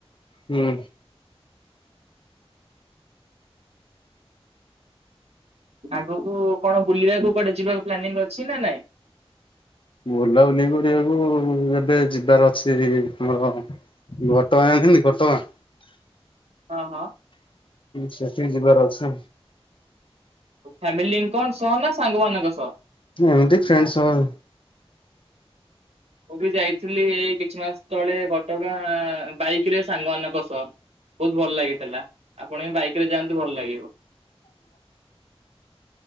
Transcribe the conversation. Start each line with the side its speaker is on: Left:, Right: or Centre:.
Left: ହୁଁ।
Right: ଆଗକୁ କଣ, ବୁଲିବାକୁ କୁଆଡେ ଯିବାକୁ ପ୍ଲାନିଂ ଅଛି ନା ନାଇଁ?
Left: ବୁଲାବୁଲି କରିବାକୁ ଏବେ ଯିବାର ଅଛି ଆମର ଘଟଗାଁ । ଏମିତି ଘଟଗାଁ।
Right: ହଁ, ହଁ।
Left: ସେଠିକି ଯିବାର ଅଛି।
Right: ଫ୍ୟାମିଲିିଙ୍କ ସହ ନା? ସାଙ୍ଗମାନଙ୍କ ସହ?
Left: ଏମିତି ଫ୍ରେଣ୍ଡ ସହ।
Right: ମୁଁ ବି ଯାଇଥିଲି ଏଇ କିଛି ମାସ ତଳେ ଘଟଗାଁ, ବାଇକ୍ ରେ ସାଙ୍ଗମାନଙ୍କ ସହ। ବହୁତ ଭଲ ଲାଗିଥିଲା। ଆପଣ ବାଇକରେ ଯାଆନ୍ତୁ ଭଲ ଲାଗିବ।